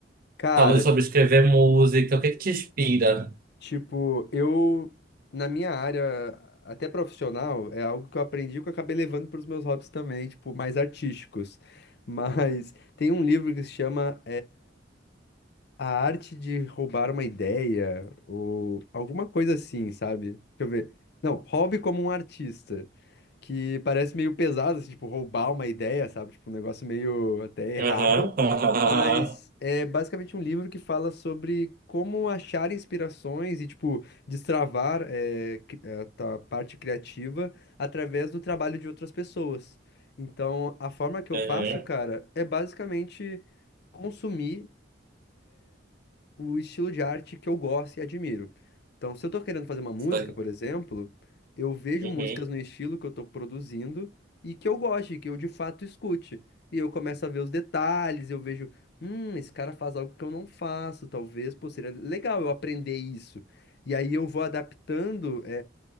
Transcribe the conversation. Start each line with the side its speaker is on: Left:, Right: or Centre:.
Left: Cara,
Right: Falou sobre
Left: ti-
Right: escrever música. O que que te inspira?
Left: tipo, eu, na minha área, até profissional, é algo que eu aprendi que eu acabei levando para os meus hobbies também, tipo, mais artísticos. <laughs> Mas tem um livro que se chama a arte de roubar uma ideia ou alguma coisa assim, sabe? Deixa eu ver. Não, hobby como um artista, que parece meio pesado, assim, tipo, roubar uma ideia, sabe? Tipo, um negócio meio até errado.
Right: Aham. Aham.
Left: Mas é basicamente um livro que fala sobre como achar inspirações e, tipo, destravar é, cri- eh, a tua parte criativa através do trabalho de outras pessoas. Então, a forma que eu
Right: Aham.
Left: faço, cara, é basicamente consumir o estilo de arte que eu gosto e admiro. Então, se eu tô querendo fazer uma música,
Right: Sei.
Left: por exemplo, eu vejo
Right: Uhum.
Left: músicas no estilo que eu tô produzindo e que eu goste, que eu de fato escute. E eu começo a ver os detalhes, eu vejo, hum, esse cara faz algo que eu não faço, talvez, pô, seria legal eu aprender isso. E aí eu vou adaptando,